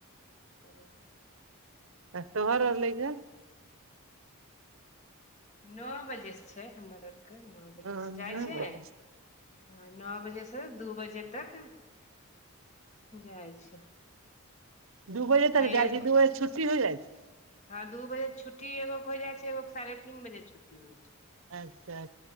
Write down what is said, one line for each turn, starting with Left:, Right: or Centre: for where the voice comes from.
Left: ह
Right: आ शहर रहल लै या
Left: नओ बजेसँ छै हमर आरके नओ
Right: हन
Left: बजेसँ जाइ
Right: नौ
Left: छै
Right: बजे
Left: हं
Right: अच्छा
Left: नओ बजे से दू बजे तक जाइ छै
Right: दू बजे तऽ
Left: आ
Right: गइ
Left: एगो
Right: छी दू बजे छुट्टी हो जाइ छै
Left: हँ दू बजे छुट्टीगो के हो जाइ छै एगो साढ़े तीन बजे छुट्टी होइ छै
Right: अच्छा